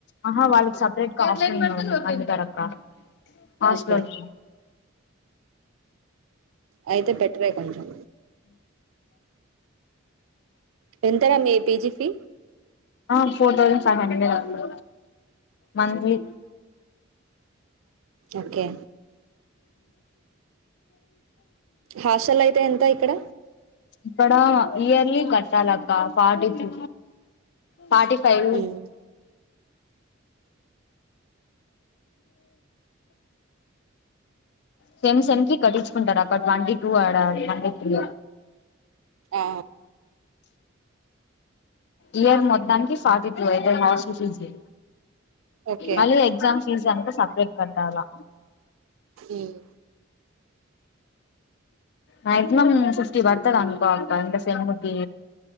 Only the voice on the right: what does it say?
ఓకే అయితే బెటరే కొంచెం ఎంతరా మీ పీజీ ఫీ
ఓకే హాస్టల్ అయితే ఎంత ఇక్కడ
మ్మ్.
ఆ
ఓకే
మ్మ్.